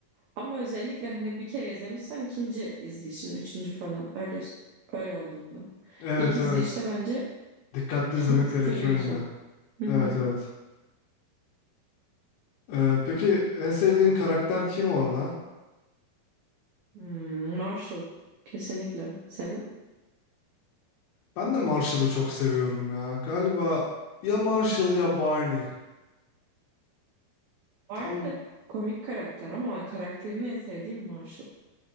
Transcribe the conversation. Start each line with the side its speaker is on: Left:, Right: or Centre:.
Right: Ama özellikle hani bir kere izlemişsen ikinci izleyişin, üçüncü falan öyle öyle olduğunda.
Left: Evet
Right: İlk izleyişte
Left: evet.
Right: bence
Left: Dikkatli izlemek
Right: <laughs> mantıklı
Left: gerekiyor
Right: değil
Left: yine.
Right: çok. Hı hı.
Left: Evet evet. Ee, peki en sevdiğin karakter kim orada?
Right: Hmm, Marshall kesinlikle. Senin?
Left: Ben de Marshall'ı çok seviyorum ya. Galiba ya Marshall ya Barney.
Right: Barney
Left: Tam
Right: de komik karakter ama karakterini en sevdiğim Marshall.